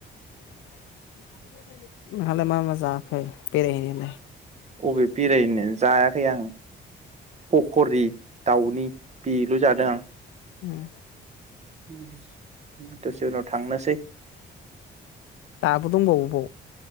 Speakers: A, on the left (about 80°); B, on the right (about 35°).
A: <unintelligible> नोंहालाय मा मा जाखो बेरायहैनोलाय।
B: अबे बेरायनो जाया खै आं। फखरि। दाउनि पि लु जादो आं।
A: ओम।
B: <unintelligible> दसे उनाव थांनोसै।
A: <unintelligible> दंबावोबाव।